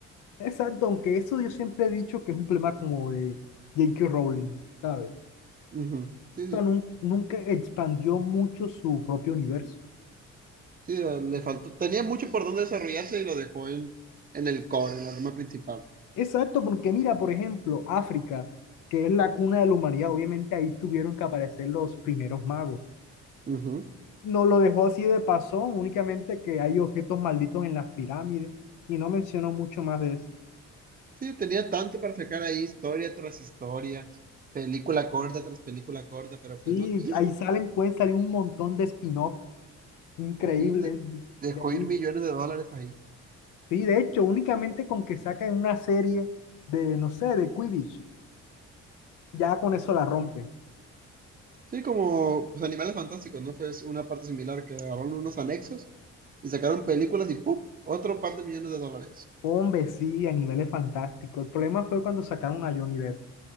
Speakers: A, on the left; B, on the right.
A: Exacto, aunque eso yo siempre he dicho que es un problema como de J.K. Rowling, ¿sabes? O
B: Ujú, Sí, sí.
A: sea, nun- nunca expandió mucho su propio universo.
B: Sí, eh, le faltó. Tenía mucho por dónde desarrollarse y lo dejó en, en el core, en la rama principal.
A: Exacto, porque mira, por ejemplo, África, que es la cuna de la humanidad, obviamente ahí tuvieron que aparecer los primeros magos.
B: Ujú.
A: No lo dejó así de pasón, únicamente que hay objetos malditos en las pirámides y no mencionó mucho más de eso.
B: Sí, tenía tanto para sacar ahí, historia tras historia, película corta tras película corta, pero
A: Sí,
B: pues no quiso.
A: ahí salen, pueden salir un montón de spin-off increíbles
B: Sí, de- dejó
A: de ahí.
B: ir millones de dólares ahí.
A: Sí, de hecho, únicamente con que saquen una serie de, no sé, de Quidditch, ya con eso la rompen.
B: Sí, como pues, Animales Fantásticos, ¿no? Fue una parte similar que agarraron unos anexos y sacaron películas y ¡pum! Otro par de millones de dólares.
A: Hombre, sí, a niveles fantásticos. El problema fue cuando sacaron a Johnny Depp,